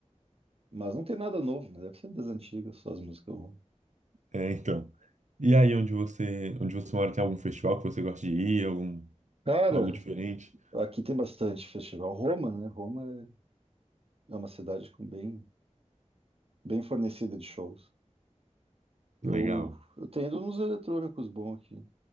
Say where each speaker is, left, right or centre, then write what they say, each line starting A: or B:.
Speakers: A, on the right; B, on the right.
A: Mas não tem nada novo, né? Deve ser das antigas, só as músicas. novas.
B: É, então. E aí onde você, onde você mora, tem algum festival que você gosta de ir, algum,
A: Cara,
B: algo diferente?
A: aqui tem bastante festival. Roma, né? Roma é É uma cidade com bem, bem fornecida de shows. Eu,
B: Legal.
A: eu tenho ido nos eletrônicos bons aqui.